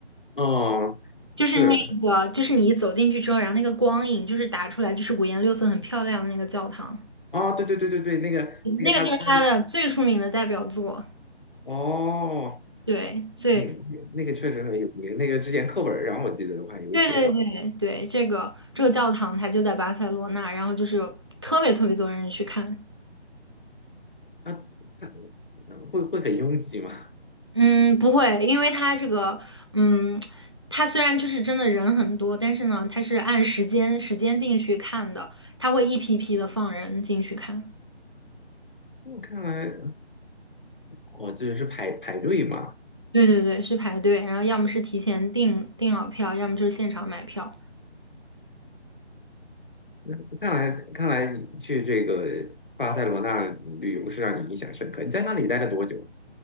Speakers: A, on the left; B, on the right.
A: 哦，
B: 就是那个，
A: 是
B: 就是你一走进去之后，然后那个光影就是打出来，就是五颜六色、很漂亮的那个教堂，
A: 哦，对对对对对，那个那个他他
B: 那个就是他的最出名的代表作。
A: 哦，
B: 对，所以
A: 那个那个确实很有名。那个之前课本上我记得我还有写到，
B: 对对对对，这个这个教堂它就在巴塞罗那，然后就是有特别特别多人去看。
A: 他他会会很拥挤吗？
B: 嗯，不会，因为它这个，嗯，它虽然就是真的人很多，但是呢，它是按时间时间进去看的，它会一批批的放人进去看。
A: <laughs> 我看来哦，这是排排队嘛。
B: 对对对，是排队，然后要么是提前订订好票，要么就是现场买票，
A: 那看来看来你去这个巴塞罗那旅游是让你印象深刻。你在那里待了多久？